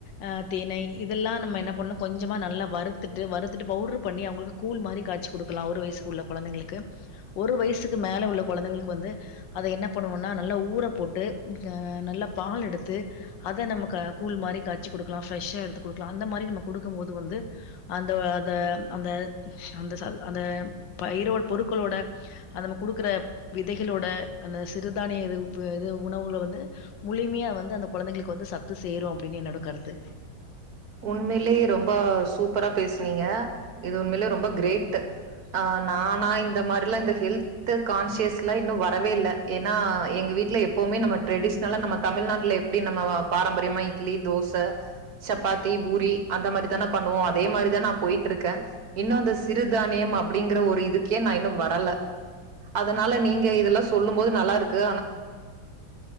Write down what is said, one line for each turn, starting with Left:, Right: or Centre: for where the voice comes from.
Left: அ தினை இதெல்லா நம்ம என்ன பண்ணு கொஞ்சமா நல்லா வறுத்துட்டு வறுத்துட்டு பவுடர் பண்ணி அவங்களுக்கு கூழ் மாரி காய்ச்சு குடுக்கலா ஒரு வயசுக்கு உள்ள குழந்தைங்களுக்கு ஒரு வயசுக்கு மேல உள்ள குழந்தைங்களுக்கு வந்து அதை என்ன பண்ணுவோம்னா நல்லா ஊற போட்டு உம் நல்லா பால் எடுத்து அத நம்ம கூழ் மாரி காய்ச்சி குடுக்கலா ஃப்ரெஷ்ஷா எடுத்து குடுக்கலா அந்த மாரி நம்ம குடுக்கும் போது வந்து அந்த அந்த அந்த அந்த அந்த பயிரோ பொருட்களோட அது நம்ம குடுக்குற விதைகளோட அந்த சிறுதானிய இது உவ்வு உணவுகள்ள வந் து முழுமையா வந்து அந்த குழந்தைங்களுக்கு வந்து சத்து சேரும் அப்படின்னு என்னோட கருத்து
Right: உண்மையிலயே ரொம்ப சூப்பரா பேசுனீங்க. இது உண்மையிலே ரொம்ப கிரேட் ஆ நான் நான் இந்த மாரியெல்லா இந்த ஹெல்த் கான்சியஸ்ல இன்னும் வர வரவே இல்ல ஏன்னா எங்க வீட்ல எப்பவுமே நம்ம ட்ரெடிஸ்னலா நம்ம தமிழ்நாட்ல எப்டி நம்ம பாரம்பரியமா இட்லி தோச சப் பாத்தி பூரி அந்த மாரி தான பண்ணுவோ அதே மாரிதா நா போயிட்ருக்கே இன்னு அந்த சிறுதானியம் அப்படிங்கிற ஒரு இதுக்கே நா இன்னு வரல அதனால நீங்க இதெல்லா சொல்லும் போது நல்லாருக் க்கு